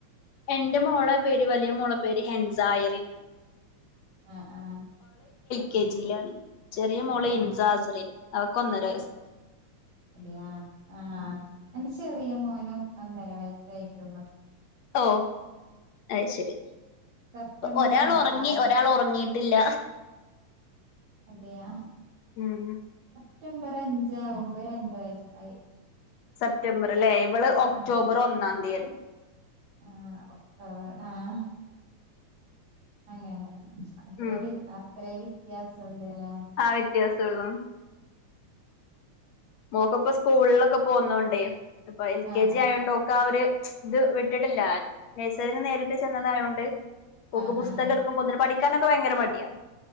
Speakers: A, on the left; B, on the right.
A: എന്റെ മോളെ പേര് വലിയ മോളെ പേര് ഹെൻസാ അയറി
B: ആഹ് ആഹ്
A: കെ ജിയിലാണ് ചെറിയ മോള് ഇൻസ
B: ആഹ്
A: അസറി അവക്ക് ഒന്നര വയസ്
B: അതയാ ആഹ് എന്റെ ചെറിയ മോനും ഒന്നര വയസായിട്ടുള്ളൂ
A: ഓ അഹ്ശരി
B: സെപ്റ്റംബർ
A: ഒരാൾ
B: അഞ്ചാവുമ്പോ
A: ഒറങ്ങി ഒരാൾ ഒറങ്ങിട്ടില്ല
B: അതെയാ
A: ഉം
B: സെപ്റ്റംബർ അഞ്ചാവുമ്പോ രണ്ട് വയസ്സായി
A: സെപ്റ്റംബർ ലേ ഇവള് ഒക്ടോബർ
B: ആഹ്
A: ഒന്നാം തീയാണ്
B: ആഹ് ഒക്ടോബർ ആഹ് അങ്ങനെ അത്ര
A: ഉം
B: ടിൽ അത്രേ വ്യത്യാസം ഉള്ളേ ലോ
A: ആ വ്യത്യാസള്ളൂ മോക്ക് ഇപ്പ സ്കൂളിലൊക്കെ പോന്നോണ്ടേ ഇപ്പൊ എൽ
B: ആഹ്
A: കെ ജി
B: ആഹ്
A: ആയൊണ്ട് ഓക്ക് ആ ഒരു ഇത് വിട്ടിട്ടില്ല നഴ്സറിന്ന് നേരിട്ട് ചെന്നതായൊണ്ട് ഓക്ക്
B: ആഹ്
A: പുസ്തകം
B: ആഹ്
A: എടുക്കുമ്പോത്ത് ന് പഠിക്കാനൊക്കെ ഭയങ്കര മടിയാ